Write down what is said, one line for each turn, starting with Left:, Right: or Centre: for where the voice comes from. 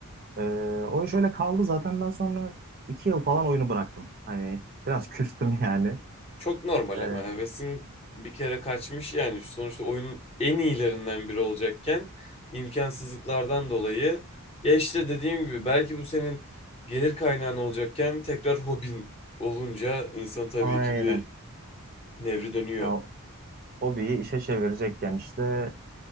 Right: Ee, o iş öyle kaldı zaten ben sonra iki yıl falan oyunu bıraktım. Hani biraz küstüm <laughs> yani.
Left: Çok normal
Right: Ee,
Left: ama hevesin bir kere kaçmış yani sonuçta oyunun en iyilerinden biri olacakken imkansızlıklardan dolayı ya işte dediğim gibi belki bu senin gelir kaynağın olacakken tekrar hobin olunca insan tabii
Right: Aynen.
Left: ki bir nevri dönüyor.
Right: Ya hobiyi işe çevirecekken işte